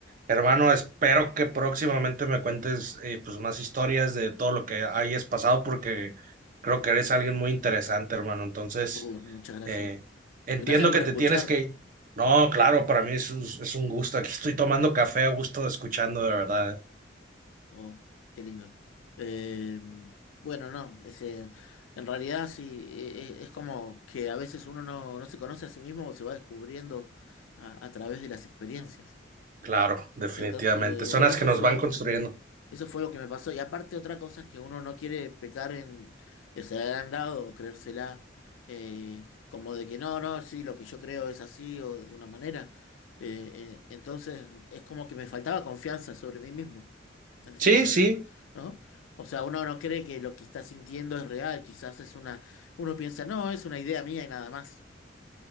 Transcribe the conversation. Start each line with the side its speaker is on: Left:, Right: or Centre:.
Right: hermano, espero que próximamente me cuentes eh, pues más historias de todo lo que hayas pasado porque creo que eres alguien muy interesante, hermano. Entonces,
Left: Uh, muchas gracias.
Right: eh, entiendo
Left: Gracias por
Right: que te
Left: escuchar.
Right: tienes que no, claro, para mí es un, es un gusto. Aquí estoy tomando café a gusto, escuchando de verdad.
Left: Oh, qué lindo. Eh, bueno, no, es, eh, en realidad sí, eh, eh, es como que a veces uno no, no se conoce a sí mismo o se va descubriendo a, a través de las experiencias.
Right: Claro, definitivamente.
Left: Entonces,
Right: Son
Left: bueno,
Right: las
Left: eso
Right: que nos
Left: fue
Right: van
Left: lo
Right: construyendo.
Left: que, eso fue lo que me pasó. Y aparte otra cosa es que uno no quiere pecar en ser agrandado o creérsela, eh, como de que no, no, sí, lo que yo creo es así o de una manera. Eh, eh, entonces es como que me faltaba confianza sobre mí mismo en ese
Right: Sí,
Left: momento,
Right: sí,
Left: ¿no? O sea, uno no cree que lo que está sintiendo es real, quizás es una, uno piensa, no, es una idea mía y nada más.